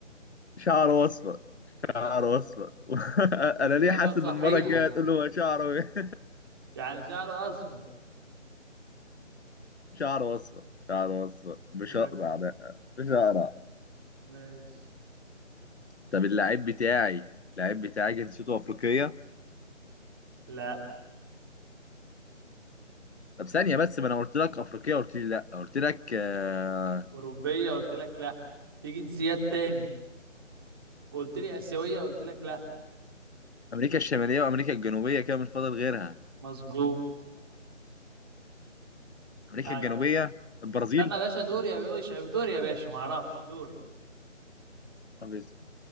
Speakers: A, on the left (about 60°); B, on the right (about 20°).
A: شعره أصفر شعره
B: شعر
A: أصفر
B: أصفر
A: <laughs>
B: إجابة
A: أنا ليه حاسس
B: صحيحة
A: إن المرة الجاية هتقول له هو شعره إيه؟
B: يعني شعر أصفر
A: شعره اصفر شعره اصفر مش
B: م-
A: اقرع لا مش اقرع
B: ماشي
A: طب اللعيب بتاعي اللعيب بتاعي جنسيته افريقيه
B: لا
A: طب ثانيه بس ما انا قلت لك افريقيه قلت لي لا قلت لك آه،
B: أوروبية قلت لك لا في جنسيات تاني قلت لي آسيوية قلت لك لا
A: امريكا الشماليه وامريكا الجنوبيه كده مش فاضل غيرها
B: مظبوط
A: امريكا
B: طيب
A: الجنوبيه البرازيل
B: استنى يا باشا دوري يا باشا دوري يا باشا معرفش دوري
A: طب بيس-